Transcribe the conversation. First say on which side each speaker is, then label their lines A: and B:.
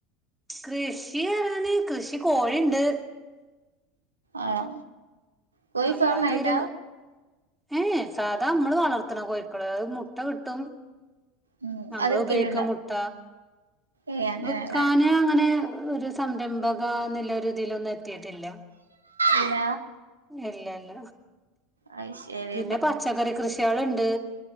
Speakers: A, in the centre; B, on the right.
A: കൃഷി റിയാന് കൃഷി കോഴിുണ്ട്
B: ആണോ കോയി
A: അല്ലാതൊരു
B: ഫാാം ആയിട്ടാ
A: ഏ സാധാ നമ്മള് വളർത്തണ കോഴിക്കള് അത് മുട്ട കിട്ടും
B: ഉം
A: നമ്മള്
B: അത് വിക്കലുണ്ടോ
A: ഉപയോഗിക്ക മുട്ട
B: ഏയ് അങ്ങനെയല്ലേ
A: വ്ക്കാന് അങ്ങനെ ഒരു സംരംഭക ന്നിലൊരു തിലൊന്നും എത്തിട്ടില്ല
B: ഇല്ല
A: ഇല്ല ഇല്ല
B: അത് ശരി
A: പിന്നെ പച്ചക്കറി കൃഷിള്ണ്ട്